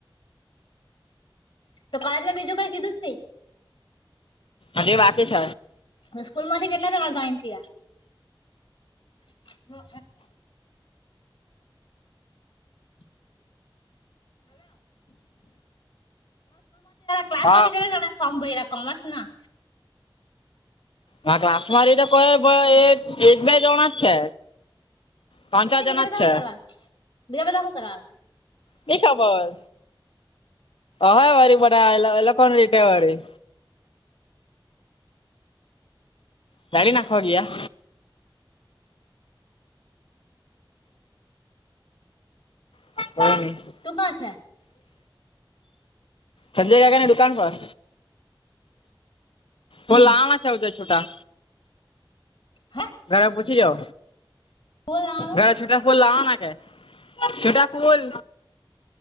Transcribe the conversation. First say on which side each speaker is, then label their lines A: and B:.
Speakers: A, on the left; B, on the left.
A: તો માર ને બીજું કઈ કીધું જ નઈ
B: હવે વાતે છ
A: અને સ્કૂલ માંથી કેટલા જણા જોઈન થયા <unintelligible> હલો તમાર સ્કૂલ માંથી <unintelligible> ક્લાસ
B: હા
A: માંથી કેટલા જણાએ ફોર્મ ભર્યા કોમર્સ ના
B: હ ક્લાસ માથી તો કોઈ કોઈ એક બે જણા જ છે પાંચ છો
A: તે
B: જણા
A: બીજા બધા
B: જ છે.
A: શું કરવા બીજા બધા હું કર
B: નિ ખબર હવે વળી બધા રીતે વળી કાઢી નાખો ગયા <inaudible>
A: તું કરશે
B: સંજય ગયા કાકા ને દુકાન પર તો
A: હમ
B: બાવે છે છુટા
A: હે
B: ઘરે પૂછી જુઓ
A: હું લાવાનું
B: ઘરે છૂટા ફુલ લાવવાના છે બધા ફુલ